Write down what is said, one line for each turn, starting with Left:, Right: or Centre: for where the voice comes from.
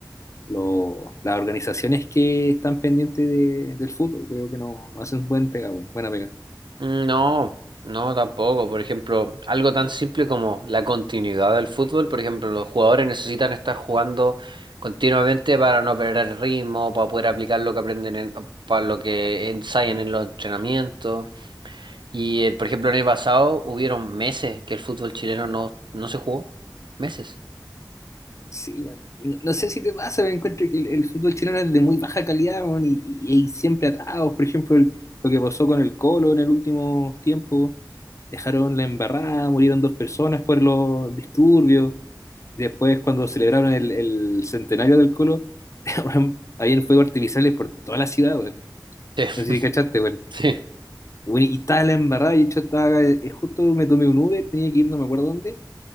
Left: lo- las organizaciones que están pendientes de- del fútbol, creo que no, no hacen buen pega, bueno, buena pega.
Right: Mm, no, no tampoco. Por ejemplo, algo tan simple como la continuidad del fútbol. Por ejemplo, los jugadores necesitan estar jugando continuamente para no perder el ritmo, para poder aplicar lo que aprenden, en- para lo que ensayan en los entrenamientos. Y, eh, por ejemplo, el año pasado hubieron meses que el fútbol chileno no, no se jugó. Meses.
Left: Sí, bueno, y no, no sé si te pasa, me encuentro que el, el fútbol chileno es de muy baja calidad, weón, y, y hay siempre atados. Por ejemplo, el- lo que pasó con el Colo en el último tiempo, dejaron la embarrada, murieron dos personas por los disturbios. Y Después, cuando celebraron el, el centenario del Colo, <laughs> weón, habían fuegos artificiales por toda la ciudad, weón.
Right: Sí,
Left: No
Right: <laughs>
Left: sé si cachaste, weón.
Right: sí.
Left: Weón, Y estaba la embarrada, y de hecho estaba, eh, justo me tomé un Uber, tenía que ir, no me acuerdo dónde.